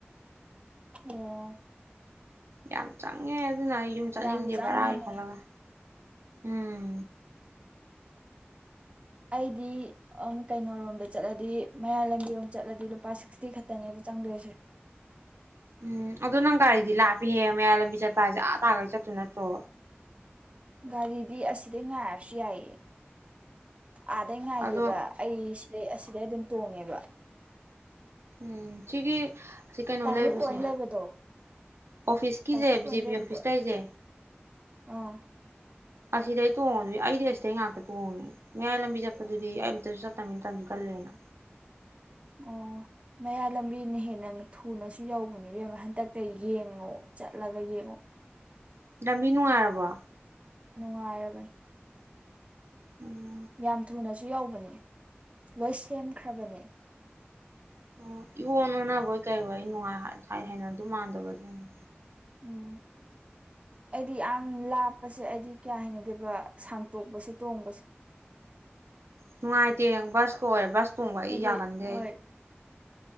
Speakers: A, on the right; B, on the right.
A: ꯑꯣ
B: ꯌꯥꯝ ꯆꯪ ꯉꯦ ꯑꯗꯨꯅ ꯑꯩ ꯌꯨꯝ ꯆꯠꯅꯤꯡꯗꯦ
A: ꯌꯥꯝ ꯆꯪꯉꯦꯅꯦ
B: ꯕꯔꯥꯒꯤ ꯈꯜꯂꯒ ꯎꯝ
A: ꯑꯩꯗꯤ ꯑꯃꯨꯛ ꯀꯩꯅꯣꯔꯣꯝꯗ ꯆꯠꯂꯗꯤ ꯃꯌꯥꯏ ꯂꯝꯕꯤꯔꯣꯝꯗ ꯆꯠꯂꯗꯤ ꯂꯨꯄꯥ ꯁꯤꯛꯁꯇꯤ ꯈꯛꯇꯅꯦꯕ ꯆꯪꯗꯣꯏꯁꯦ
B: ꯎꯝ ꯑꯗꯨ ꯅꯪ ꯒꯥꯔꯤꯗꯤ ꯂꯥꯛꯄꯤꯍꯦ ꯃꯌꯥꯏ ꯂꯝꯕꯤ ꯆꯠꯄ ꯍꯥꯏꯁꯦ ꯑꯥ ꯇꯥꯟꯅ ꯆꯠꯇꯣꯢ ꯅꯠꯇ꯭ꯔꯣ
A: ꯒꯥꯔꯤꯗꯤ ꯑꯁꯤꯗꯩ ꯉꯥꯏꯔꯁꯨ ꯌꯥꯏꯌꯦ ꯑꯥꯗꯩ ꯉꯥꯏꯒꯦꯕ
B: ꯑꯗꯣ
A: ꯑꯩ ꯑꯗꯩ ꯑꯁꯤꯗꯩ ꯑꯗꯨꯝ ꯇꯣꯡꯉꯦꯕ
B: ꯎꯝ ꯁꯤꯒꯤ ꯁꯤ ꯀꯩꯅꯣ
A: ꯇ꯭ꯔꯥꯐꯤꯛ
B: ꯂꯩꯕꯁꯦ
A: ꯄꯣꯏꯟ ꯂꯩꯕꯗꯣ
B: ꯑꯣꯐꯤꯁꯀꯤꯁꯦ
A: ꯇ꯭ꯔꯥꯐꯤꯛ
B: ꯕꯤ
A: ꯄꯣꯏꯟ
B: ꯖꯦ ꯄꯤ
A: ꯂꯩꯕꯗꯣ
B: ꯑꯣꯐꯤꯁ ꯂꯩꯁꯦ
A: ꯑꯥ
B: ꯑꯁꯤꯗꯩ ꯇꯣꯡꯉꯁꯨ ꯑꯩꯗꯤ ꯑꯁꯤꯗꯩ ꯉꯥꯛꯇ ꯇꯣꯡꯉꯦ ꯃꯌꯥꯏ ꯂꯝꯕꯤ ꯆꯠꯄꯗꯨꯗꯤ ꯑꯩꯑꯝꯇꯁꯨ ꯆꯠꯇꯝꯅꯤꯅ ꯇꯟꯁꯨ ꯇꯜꯂꯦꯅ
A: ꯑꯣ ꯃꯌꯥꯢ ꯂꯝꯕꯤꯅ ꯍꯦꯟꯅ ꯊꯨꯅꯁꯨ ꯌꯧꯕꯅꯦ ꯢꯕꯦꯝꯃ ꯍꯟꯗꯛꯇꯩ ꯌꯦꯡꯉꯣ ꯆꯠꯂꯒ ꯌꯦꯡꯉꯣ
B: ꯂꯝꯕꯤ ꯅꯨꯡꯉꯥꯏꯔꯕꯣ
A: ꯅꯨꯡꯉꯥꯏꯔꯕꯅꯦ
B: ꯎꯝ
A: ꯌꯥꯝ ꯊꯨꯅꯁꯨ ꯌꯧꯕꯅꯤ ꯂꯣꯏ ꯁꯦꯝꯈ꯭ꯔꯕꯅꯦ
B: ꯑꯣ ꯏꯑꯣꯟ ꯑꯣꯟꯅꯕꯣꯏ ꯀꯩꯑꯣꯏ ꯅꯨꯡꯉꯥꯏ ꯍꯥꯏ ꯍꯩꯅꯗꯣꯢ ꯃꯥꯟꯗꯕ ꯑꯗꯨꯢꯅꯦ
A: ꯎꯝ ꯑꯩꯗꯤ ꯌꯥꯝ ꯂꯥꯞꯄꯁꯦ ꯑꯩꯗꯤ ꯀꯌꯥ ꯍꯩꯅꯗꯦꯕ ꯁꯥꯡꯇꯣꯛꯄꯁꯦ ꯇꯣꯡꯕꯁꯦ
B: ꯅꯨꯡꯉꯥꯏꯇꯦ ꯕꯁꯀ ꯑꯣꯏꯔꯦ ꯕꯁ ꯇꯣꯡꯕ ꯑꯩ
A: ꯍꯥꯏꯗꯤ
B: ꯌꯥꯒꯟꯗꯦ
A: ꯍꯣꯏ